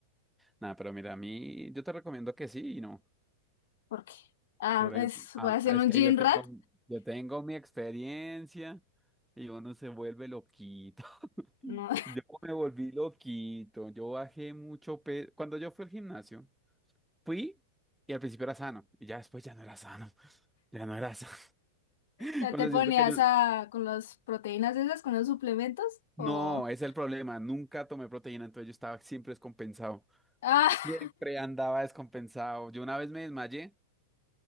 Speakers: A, in the centre; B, on the left.
A: Nada, pero mira, a mí yo te recomiendo que sí y no.
B: Porque, ah,
A: Por
B: es,
A: ejemplo,
B: voy
A: ah,
B: a hacer
A: es
B: un
A: que
B: gym
A: yo tengo,
B: rat.
A: yo tengo mi experiencia y uno se vuelve loquito. <laughs>
B: No, <laughs>
A: Yo me volví loquito, yo bajé mucho peso. Cuando yo fui al gimnasio, fui y al principio era sano y ya después ya no era sano, <laughs> ya no era sano. <laughs>
B: ya
A: Con
B: te
A: decirte
B: ponías
A: que yo,
B: a, con las proteínas esas, con los suplementos, o...
A: no, ese es el problema, nunca tomé proteína, entonces yo estaba siempre descompensado,
B: <laughs>
A: siempre andaba descompensado. Yo una vez me desmayé,